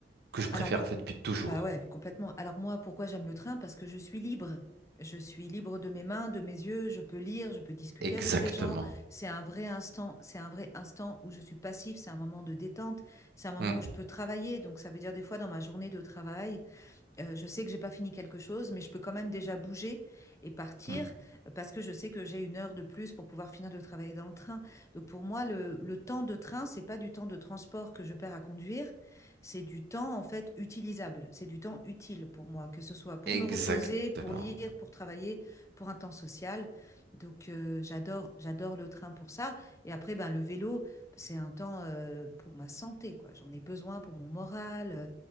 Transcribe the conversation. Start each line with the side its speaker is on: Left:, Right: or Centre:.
Right: que je préfère,
Left: Alors moi,
Right: en fait, depuis toujours.
Left: bah ouais, complètement. Alors moi, pourquoi j'aime le train? Parce que je suis libre. Je suis libre de mes mains, de mes yeux, je peux lire, je peux discuter
Right: Exactement.
Left: avec les gens. C'est un vrai instant, c'est un vrai instant où je suis passif, c'est un moment de détente, c'est un moment
Right: Mm,
Left: où je peux travailler. Donc ça veut dire des fois dans ma journée de travail, euh, je sais que j'ai pas fini quelque chose, mais je peux quand même déjà bouger et partir
Right: mm,
Left: euh, parce que je sais que j'ai une heure de plus pour pouvoir finir de travailler dans le train. Donc pour moi, le, le temps de train, c'est pas du temps de transport que je perds à conduire, c'est du temps en fait utilisable, c'est du temps utile pour moi, que ce soit pour
Right: Exactement.
Left: me reposer, pour lire, pour travailler, pour un temps social. Donc euh, j'adore, j'adore le train pour ça. Et après, ben, le vélo, c'est un temps euh, pour ma santé, quoi. J'en ai besoin pour mon moral. euh,